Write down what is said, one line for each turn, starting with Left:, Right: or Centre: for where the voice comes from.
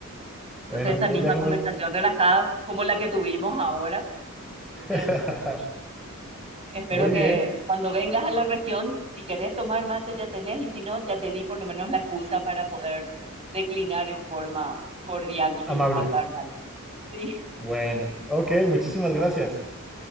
Right: Entonces
Centre: Bueno,
Right: esa
Centre: ya,
Right: misma
Centre: ya con
Right: conversación
Centre: eso.
Right: relajada como la que tuvimos ahora, entonces
Centre: <laughs>
Right: Espero
Centre: Muy
Right: que
Centre: bien,
Right: cuando vengas a la región, si querés tomar mate ya tenés y si no, ya te di por lo menos la excusa para poder declinar en forma cordial sin
Centre: amable.
Right: pasar mal. Sí,
Centre: Bueno, ok, muchísimas gracias.